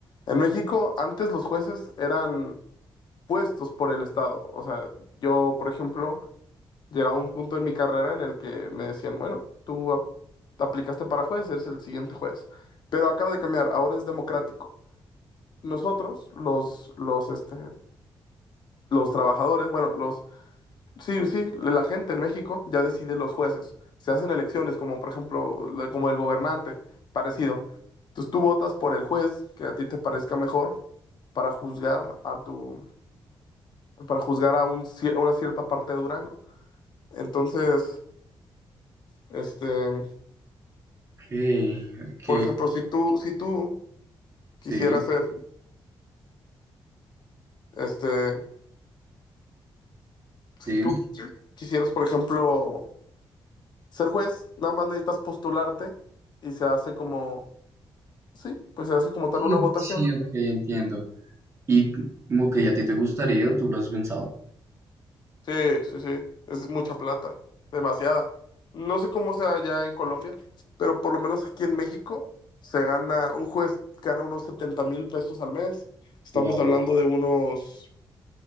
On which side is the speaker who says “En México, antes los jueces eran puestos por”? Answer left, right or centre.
Left